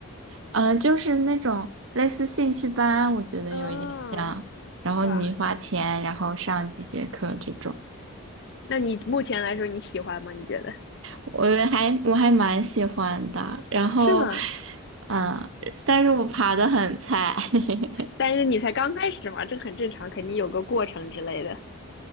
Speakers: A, on the right; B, on the left.
A: 呃就是那种类似兴趣班，我觉得有一点像，
B: 哦，
A: 然后你花钱然后上几节课这种，
B: 哇，那你目前来说你喜欢吗？你觉得？
A: 我还我还蛮喜欢的，然后
B: 是吗？
A: 嗯、呃但是我爬的很菜，<laughs>
B: 但是你才刚开始嘛，这很正常，肯定有个过程之类的。